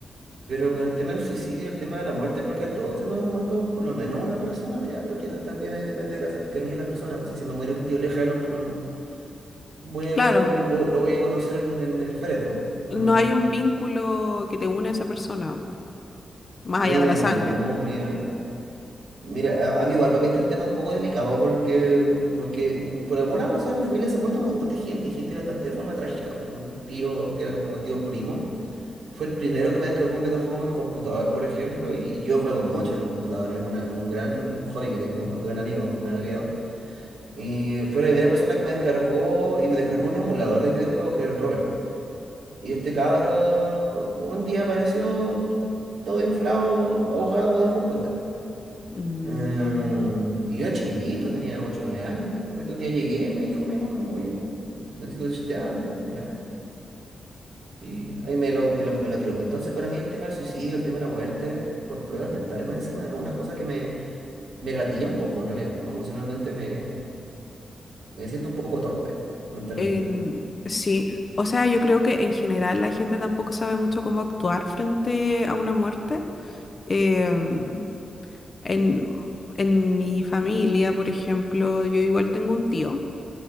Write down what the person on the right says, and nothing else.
Pero con el tema del suicidio, el tema de la muerte, creo que a todos se nos han muerto por lo menos una persona, ya, pero quizás también ahí depende de la cercanía de la persona. Pues si se me muere un tío lejano, no voy a
verlo, lo, lo voy a conocer en, en el féretro. No,
no
hay una
memoria.
Mira, a, a mí igual, para mí está el tema un poco delicado porque, porque por alguna razón en mi familia se ha muerto un montón de gente, y gente bastante de forma trágica. Un tío que era como tío primo. Fue el primero que me descargó un videojuego en mi computador, por ejemplo, y yo juego mucho en el computador, es una- es un gran hobby que tengo, es un gran amigo, un gran aliado. Y fue la primera persona que me descargó y me descargó un emulador de videojuegos que era el Robert. Y este cabro un día apareció todo inflado, ahogado debajo de un puente.
Em, y yo era chiquitito, tenía ocho o 9 años. De repente un día llegué y me dijo mi mamá como, oye, necesito decirte algo, ¿ya? Y ahí me lo, me lo, me lo tiró. Entonces, para mí el tema del suicidio, el tema de la muerte, por problemas mentales más encima, es una cosa que me, me gatilla un poco en realidad. Como emocionalmente me, me siento un poco torpe mentalmente.